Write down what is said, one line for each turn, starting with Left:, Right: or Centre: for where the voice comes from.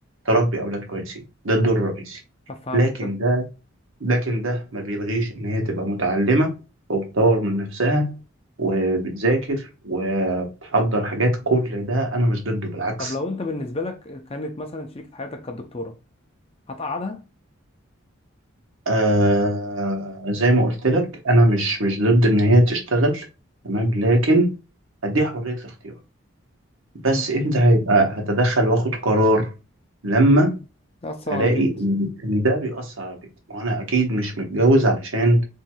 Right: تربي أولاد كويسين ده الدور الرئيسي
Left: طب فهمت
Right: لكن
Left: طب
Right: ده لكن ده ما بيلغيش إن هي تبقى متعلمة وبتطور من نفسها وبتذاكر وبتحضر حاجات كل ده أنا مش ضده بالعكس
Left: طب لو انت بالنسبه لك كانت مثلا شريكه حياتك كانت دكتوره هتقعدها
Right: آه زي ما قلت لك انا مش مش ضد ان هي تشتغل تمام لكن هديها حرية الاختيار بس
Left: امم
Right: امتى هيبقى هتدخل واخد قرار لما
Left: تأثر
Right: الاقي
Left: على البيت
Right: ان إن ده بيأثر على بيتي وانا اكيد مش متجوز علشان